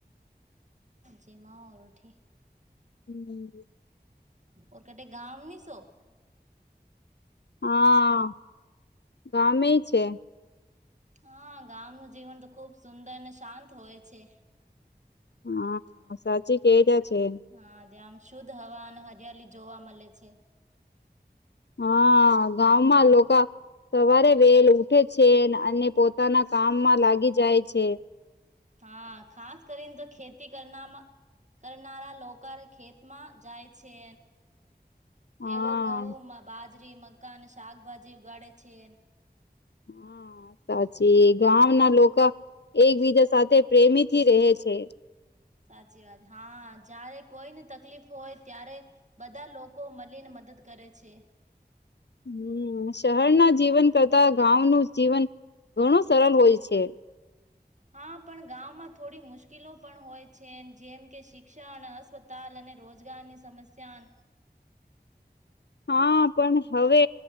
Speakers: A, on the right; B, on the left.
A: જીમાઓ રોઠી.
B: હમ્મ.
A: ઓર કટે ગામમીસ હો.
B: હા ગામેઇસ છે.
A: હા ગામનું જીવન તો ખુબ સુંદર અને શાંત હોય છે.
B: હા સાચી કે રીયા છે.
A: હા જે આમ શુદ્ધ હવા અને હરિયાલી જોવા મલે છે.
B: હા ગામમાં લોકા. સવારે વેલ ઉઠે છે અને પોતાના કામમાં લાગી જાય છે.
A: હા ખાસ કરીને તો ખેતી કરનામાં કરનારા લોકા ખેતમાં જાય છે. તેઓ
B: હા
A: ઘઉંમાં, બાજરી, મક્કા અને શાકભાજી ઉગાડે છે.
B: હા સાચી ગામ ના લોકો એકબીજા સાથે પ્રેમીથી રહે છે.
A: સાચી વાત હા જય્યારે કોઈને તકલીફ હોય ત્યારે બધા લોકો મળીને મદદ કરે છે.
B: હમ્મ શહેરના જીવન કરતા ગાઓનુ જીવન ઘણું સરળ હોય છે.
A: હા પણ ગામમાં થોડી મુશ્કેલો પણ હોય છે જેમ કે શિક્ષણ, અસ્વ તાલ અને રોજગારની સમસ્યા.
B: હા પણ હવે